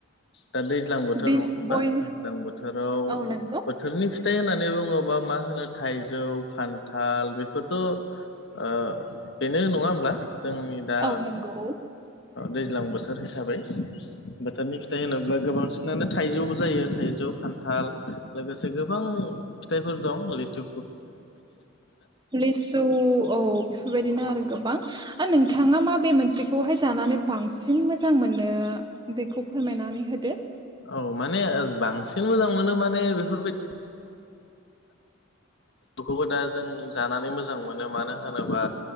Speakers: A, on the left (about 55°); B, on the right (about 20°).
A: दा दैज्लां बोथोर
B: बे
A: नङा होनबा
B: बय
A: दैज्लां बोथोराव
B: औ नंगौ।
A: बोथोरनि फिथाइ होननानै बुङोबा मा होनो थाइजौ खान्थाल बेफोरथ' ओ बेनो नङा होमब्ला जोंनि दा
B: औ नंगौ
A: दैज्लां बोथोर हिसाबै बोथोरनि फिथाय होनोब्ला गोबांसिनानो थाइजौबो जायो थाइजौ खान्थाल लोगोसे गोबां फिथाइफोर दं लेथु
B: लिसु औ बेफोरबायदिनो
A: औ
B: आरो गोबां नोंथाङा मा बे मोनसे बेवहाय जानानै बांसिन मोजां मोनो बेखौ फोरमायनानै होदो
A: औ माने बांसिन मोजां मोनो माने बेफोरबायदि खौबो दा जों जानानै मोजां मोनो मानो होनोबा